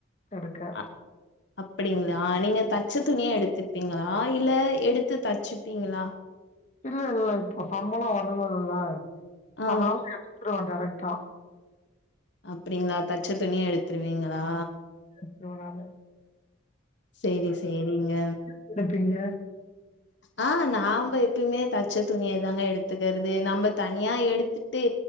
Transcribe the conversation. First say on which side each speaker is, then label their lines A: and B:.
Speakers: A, on the left; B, on the left.
A: எடுக்க
B: அ அப்டிங்கலா நீங்க தச்ச துணிய எடுத்துப்பீங்கலா இல்ல எடுத்து தச்சுப்பிங்லா
A: இல்ல இல்ல இப்ப சம்பளோ வரலல்ல
B: ஆ
A: அதனால எடுத்துருவ டேரக்டா
B: அப்டிங்களா தச்ச துணியே எடுத்துருவீங்களா
A: எத்துருவனாமே
B: சேரி சேரிங்க
A: கூட பீங்க
B: ஆ நாம்ப எப்பயுமே தச்ச துணிய தாங்க எடுத்துக்கறது நம்ம தனியா எடுத் த்துட்டு